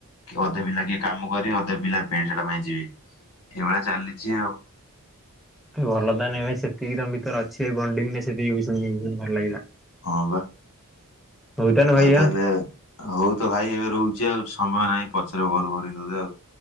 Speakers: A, on the left; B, in the centre.
A: କି ଅଧେ ପିଲା କିଏ କାମ କରିିବ, ଅଧେ ପିଲା ପେଣ୍ଟ ସାର୍ଟ ପାଇଁ ଯିବେ, ଏଇଭଳିଆ ଚାଲିଛି ଆଉ।
B: ଭଲ ତ ନାଇଁ ଭାଇ ସେତିକି ତମ ଭିତରେ ଅଛି ବଣ୍ଡିଙ୍ଗ ସେତିିକି ବି ଶୁଣିକି ଭଲ ଲାଗିଲା।
A: ହଁ ବା,
B: ହଉ ଭାଇ
A: ଆଉ ତାହେଲେ
B: ଆଁ
A: ହଉ ତ ଭାଇ ଏବେ ରହୁଛି, ଆଉ ସମୟ ନାହିଁ ପଛରେ ଫୋନ୍ କରନି ତତେ ଆଉ।